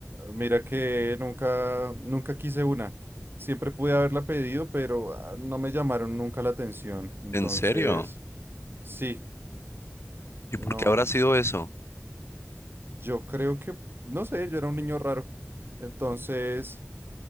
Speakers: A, on the right (about 50°); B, on the left (about 60°).
A: Mira que nunca, nunca quise una. Siempre pude haberla pedido, pero ah, no me llamaron nunca la atención. Entonces,
B: ¿En serio?
A: sí,
B: ¿Y
A: no,
B: por qué habrá sido eso?
A: yo creo que, no sé, yo era un niño raro. Entonces...